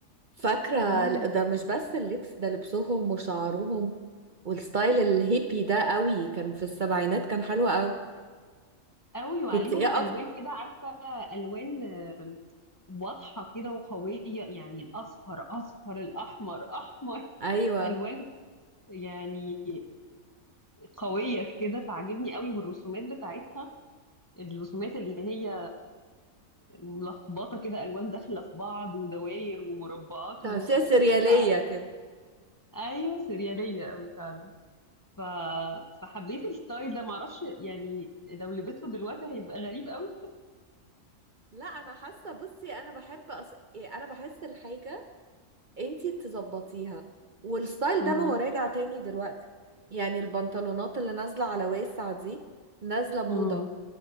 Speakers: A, on the right (about 45°); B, on the left (about 20°).
A: فاكره
B: امم
A: ال- ده مش بس اللبس ده لبسهم وشعرهم والستايل الهيبي ده قوي كان في السبعينات كان حلو قوي
B: قوي وعليهم
A: كنت ايه
B: ألوان
A: اكتر
B: كده عارفة ألوان آم، واضحة كده وقوية يعني الأصفر أصفر الأحمر أحمر
A: ايوه
B: ألوان يعني قوية كده فعجبني قوي والرسومات بتاعتها الرسومات اللي هي ملخبطة كده ألوان داخلة في بعض ودواير ومربعات
A: تمثيل
B: و...
A: سرياليه
B: ف...
A: كده
B: أيوة سريالية قوي فعلا ف... فحبيت الستايل ده معرفش يعني لو لبسته دلوقتي هيبقى غريب قوي
A: لا انا حاسه بصي انا بحب أص... إيه، انا بحس الحاجه انتي تظبطيها والستايل
B: امم
A: ده ما هو راجع تاني دلوقتي يعني البنطلونات اللي نازلة على واسع دي نازلة موضة
B: امم